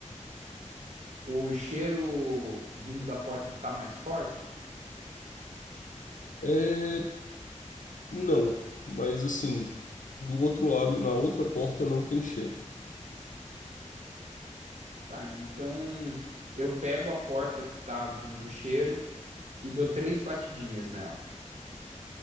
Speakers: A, on the right; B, on the left.
A: O cheiro vindo da porta tá mais forte?
B: É, não, mas assim, do outro lado, na outra porta não tem cheiro.
A: Tá, então eu pego a porta que tá vindo o cheiro e dou três batidinhas nela.